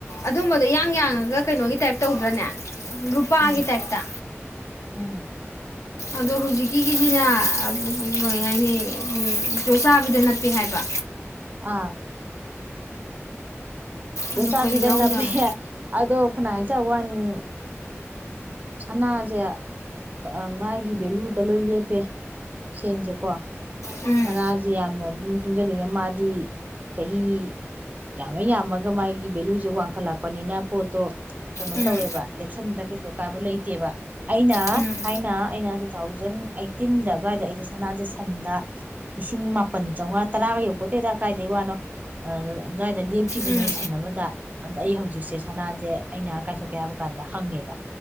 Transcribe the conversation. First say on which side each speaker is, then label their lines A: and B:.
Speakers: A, on the left (about 75°); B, on the right (about 35°).
A: ꯑꯗꯨꯝꯕꯗꯣ ꯏꯌꯥꯡ ꯌꯥꯡꯉꯒ ꯀꯩꯅꯣꯒꯤ ꯇꯥꯏꯞ ꯇꯧꯗ꯭ꯔꯅꯦ ꯨꯂꯨꯄꯥꯒꯤ
B: ꯎꯝ
A: ꯇꯥꯏꯞꯇ
B: ꯎꯝ
A: ꯑꯗꯣ ꯍꯧꯖꯤꯛꯀꯤꯒꯤꯁꯤꯅ ꯑ ꯄꯨ ꯒꯨꯡ ꯀꯩ ꯍꯥꯏꯅꯤ ꯄꯨꯡ ꯆꯣꯠꯆꯥꯕꯤꯗ ꯅꯞꯄꯦ ꯍꯥꯏꯕ
B: ꯑꯥ ꯌꫭꯠꯆꯥꯕꯤꯗ
A: ꯑꯗꯣ ꯀꯔꯤ ꯌꯥꯎꯖꯥꯠꯅꯣ
B: ꯅꯞꯄꯦ ꯑꯗꯣ ꯐꯅꯥ ꯍꯥꯏꯖ ꯋꯥꯅꯤ ꯁꯅꯥꯁꯦ ꯀ ꯃꯥꯥꯏꯒꯤ ꯚꯦꯂꯨꯗ ꯂꯣꯏ ꯂꯦꯞꯄꯦ ꯁꯦꯟꯁꯦꯀꯣ
A: ꯎꯝ
B: ꯁꯅꯥꯁꯦ ꯌꯥꯝꯅ ꯑꯗꯨꯝ ꯄꯨꯨꯡꯁꯤꯜꯂꯤꯉꯩ ꯃꯥꯗꯤ ꯆꯍꯤ ꯌꯥꯝꯃ ꯌꯥꯝꯃꯒ ꯃꯥꯒꯤ ꯚꯦꯂꯨꯁꯦ ꯋꯥꯡꯈꯠꯂꯛꯄꯅꯤꯅ ꯄꯣꯠꯇꯣ ꯀꯩꯅꯣ
A: ꯎꯝ
B: ꯇꯧꯋꯦꯕ ꯂꯦꯞꯁꯟꯕꯗ ꯀꯩꯁꯨ ꯑꯀꯥꯏꯕ ꯂꯩꯇꯦꯕ ꯑꯩꯅ
A: ꯎꯝ
B: ꯊꯥꯏꯅ ꯑꯩꯅ ꯇꯨ ꯊꯥꯎꯖꯟ ꯑꯩꯠꯇꯤꯟꯗ ꯑꯗꯨꯋꯥꯏꯗ ꯑꯩꯁꯦ ꯁꯅꯥꯁꯦ ꯁꯟꯗ ꯂꯤꯁꯤꯡ ꯃꯥꯄꯟ ꯆꯥꯝꯉꯥ ꯇꯔꯥꯒ ꯌꯧꯄꯠꯇꯦꯗ ꯀꯥꯏꯗꯩ ꯋꯥꯅꯣ ꯑꯗꯨꯋꯥꯏꯗ ꯂꯦꯞꯈꯤꯕꯅꯤ
A: ꯎꯝ
B: ꯁꯟ ꯑꯃꯗ ꯑꯗ ꯑꯩ ꯍꯧꯖꯤꯛꯁꯦ ꯁꯅꯥꯁꯦ ꯑꯩꯅ ꯀꯥꯏꯊꯣꯛꯀꯦ ꯍꯥꯏꯕ ꯀꯥꯟꯗ ꯍꯪꯉꯦꯕ